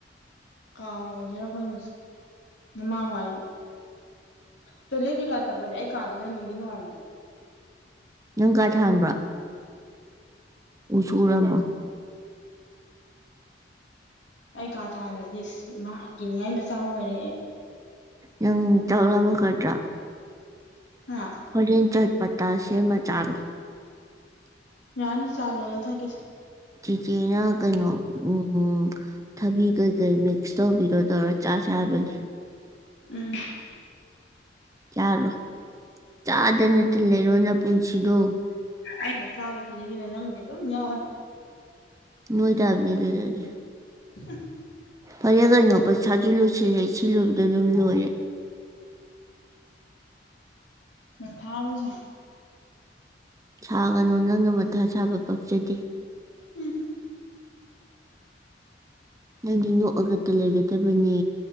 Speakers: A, on the left; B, on the right.
A: ꯀꯥꯡꯉꯧꯁꯤꯔꯈꯣꯏ ꯃꯃꯥꯡꯉꯏꯗ ꯆꯂꯦ ꯀꯩꯀꯥ ꯆꯠꯄꯗ ꯑꯩ ꯀꯥꯗꯅ ꯅꯪꯒꯤ ꯅꯨꯡꯉꯥꯏꯕ
B: ꯅꯪ ꯀꯥ ꯊꯥꯟꯕ꯭ꯔ ꯎꯁꯨ ꯎꯔꯝꯃꯣ ꯎꯝ
A: ꯑꯩ ꯀꯥ ꯊꯥꯜꯂꯗꯤ ꯃꯍꯥꯛꯀꯤ ꯀꯤꯅꯤꯡꯉꯥꯏ ꯃꯆꯥ ꯑꯣꯏꯔꯦꯑꯦ
B: ꯅꯪ ꯆꯥꯛꯂꯝꯃꯒꯗ꯭ꯔꯥ
A: ꯍꯥ
B: ꯍꯣꯔꯦꯟ ꯆꯠ ꯄꯇꯥ ꯁꯦꯝꯃ ꯆꯥꯔꯣ
A: ꯌꯥꯅꯤ ꯆꯥ ꯂꯣꯜꯂ ꯊꯛꯀꯦꯁꯦ
B: ꯆꯤꯆꯦꯅ ꯀꯩꯅꯣ ꯎꯝ ꯊꯕꯤ ꯀꯩ ꯀꯩ ꯃꯤꯛꯁ ꯇꯧꯕꯤꯔꯣꯗꯧꯔ ꯆꯥꯁꯦ ꯍꯥꯏꯕꯅꯤ
A: ꯎꯝ
B: ꯆꯥꯔꯣ ꯆꯥꯗ ꯅꯠꯇꯅ ꯂꯩꯔꯣ ꯅ ꯄꯨꯟꯁꯤꯗꯣ
A: ꯑꯩꯅ ꯆꯥꯔꯦ ꯈꯨꯗꯤꯡꯒꯤꯅ ꯅꯪꯗꯤꯦ ꯑꯗꯨꯝ ꯌꯥꯎꯋꯦ
B: ꯃꯣꯏ ꯇꯥꯕꯅꯤ ꯂꯩꯗꯗꯤ
A: ꯎꯝ
B: ꯐꯔꯦ ꯀꯩꯅꯣ ꯄꯩꯁꯥꯁꯨ ꯂꯣꯏꯁꯤꯜꯂꯦ ꯁꯤ ꯂꯣꯏꯕꯗ ꯑꯗꯨꯝ ꯂꯣꯏꯔꯦ
A: ꯃꯊꯥꯕꯨ ꯁꯥꯏ
B: ꯁꯥꯒꯅꯨ ꯅꯪꯅ ꯃꯊꯥ ꯁꯥꯕ ꯄꯛꯆꯗꯦ
A: ꯎꯝ
B: ꯅꯪꯗꯤ ꯅꯣꯛꯑꯒꯛꯇ ꯂꯩꯒꯗꯕꯅꯦ